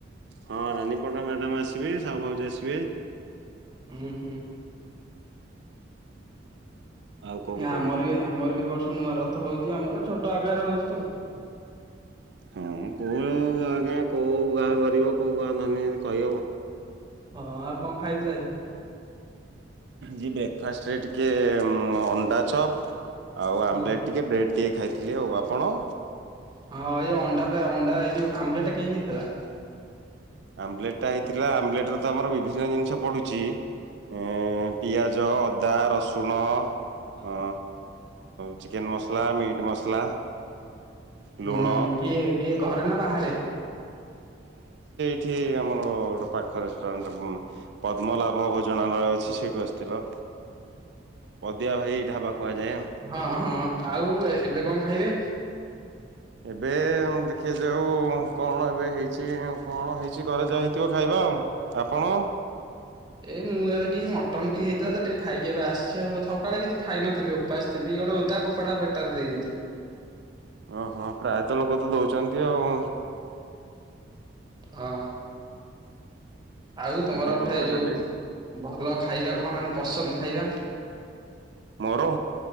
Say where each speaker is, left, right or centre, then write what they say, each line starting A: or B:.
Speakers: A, on the right; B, on the right.
A: ହଁ, ରାନୀ ପଣ୍ଡା ମ୍ୟାଡାମ ଆସିବେ, ସାହୁ ଭାଉଜ ଆସିବେ।
B: ହୁଁ, ହୁଁ।
A: ଆଉ କଣ କୁହନ୍ତୁ।
B: ଆମର ବି, ଆମର ବି ଏ ବର୍ଷ ନୂଆ ରଥ ହଉଛି। ଆମର ଛୋଟ ଆକାର ହଉଛି ଆଉ।
A: ହଁ, କୁହ ଆଜ୍ଞା, କଉଁ ଗାଁ ଗରିବ, କଉଁ ଗାଁ ଧନୀ? ଏମିତି କହିହେବ?
B: ହଁ ଆଉ କଣ ଖାଇଥିଲ ଆଜି?
A: ଜି ବ୍ରେକ୍ଫାଷ୍ଟ ରେ ଟିକେ-ଏ ଅଣ୍ଡା ଚପ୍। ଆଉ ଆମ୍ଲେଟ୍
B: ହଁ
A: ଟିକେ, ବ୍ରେଡ୍ ଟିକେ ଖାଇଥିଲି। ଆଉ ଆପଣ?
B: ହଁ ଏଇ ଅଣ୍ଡା ପା ଅଣ୍ଡା ଏଇ ଯୋଉ ଆମ୍ବଲେଟ୍ ଟା କେମିତି ହେଇଥିଲା?
A: ଆମ୍ବଲେଟ ଟା ହେଇଥିଲା, ଆମ୍ବଲେଟ ରେ ତ ଆମର ବିଭିନ୍ନ ଜିନିଷ ପଡୁଚି। ଅଁ-ଅ ପିଆଜ, ଅଦା, ରସୁଣ।
B: <inaudible>
A: ଅଁ ଚିକେନ ମସଲା, ମିଟ୍ ମସଲା, ଲୁଣ
B: ହୁଁ କିଏ କିଏ ଘରେ ନା ବାହାରେ?
A: ଏଠି ଆମର ଗୋଟେ ପାଖ ରେଷ୍ଟୁରାଣ୍ଟ ପଦ୍ମଲାଭ ଭୋଜନାଳୟ ଅଛି, ସେଇଠୁ ଆସିଥିଲାଉ। ପଦିଆ ଭାଇ ଢାବା। କୁହାଯାଏ ଆଉ।
B: ହଁ ହଁ ଆଉ ଏବେ କଣ ଖାଇବେ?
A: ଏବେ ଦେଖା ଯାଉ କଣ ଏବେ ହେଇଛି? କଣ ହେଇ କିଛି ଘରେ ଯା ହେଇଥିବ ଖାଇବା ଆଉ। ଆପଣ?
B: ଏଇ ମୁଁ ଏବେ ଟିକେ ମଟନ୍ ଟିକେ ହେଇଥିଲା ତ ଟିକେ ଖାଇକି ଏବେ ଆସିଛି ଆଉ। ସକାଳେ କିଛି ଖାଇ ନଥିଲି ଓପାସଥିଲି। ଏ ଗୋଟେ ଓଦା କପଡା ପେଟରେ ଦେଇଦେଇଥା।
A: ଓ ହଁ ପ୍ରାୟତଃ ଲୋକ ତ ଦଉଛନ୍ତି ଆଉ।
B: ହଁ। ଆଉ ତମର
A: ଓଦା କପଡା
B: ଭେ ଯୋଉ
A: ଖାଲି
B: ଭଲ ଖାଇବା କଣ ମାନେ ପସନ୍ଦ ଖାଇବା?
A: ମୋର।